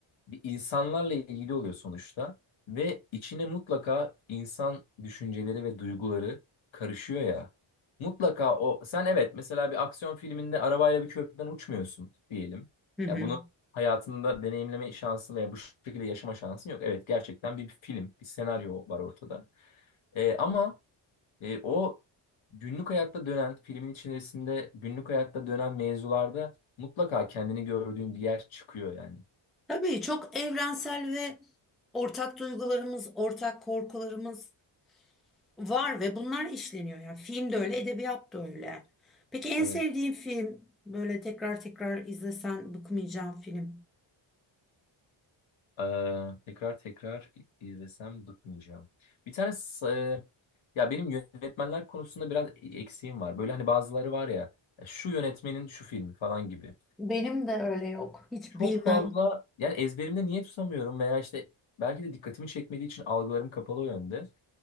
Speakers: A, on the left; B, in the centre.
A: bir insanlarla ilgili oluyor sonuçta. Ve içine mutlaka insan düşünceleri ve duyguları karışıyor ya. Mutlaka o sen evet mesela bir aksiyon filminde arabayla bir köprüden uçmuyorsun diyelim.
B: Hı hı.
A: Ya bunu hayatında deneyimleme şansın veya bu şekilde yaşama şansın yok. Evet gerçekten bir film, bir senaryo var ortada. Ee, ama e, o günlük hayatta dönen, filmin içerisinde günlük hayatta dönen mevzularda mutlaka kendini gördüğün bir yer çıkıyor yani.
B: Tabii çok evrensel ve ortak duygularımız, ortak korkularımız var ve bunlar işleniyor. Yani film de öyle, edebiyat da öyle. Peki en
A: Evet.
B: sevdiğin film böyle tekrar tekrar izlesen bıkmayacağın film?
A: Ee, tekrar tekrar izlesem bıkmayacağım. Bir tane s- e, ya benim yönetmenler konusunda biraz eksiğim var. Böyle hani bazıları var ya şu yönetmenin şu filmi falan gibi.
B: Benim de öyle yok. Hiç
A: Çok
B: bilmem.
A: fazla yani ezberimde niye tutamıyorum veya işte belki de dikkatimi çekmediği için algılarım kapalı o yönde.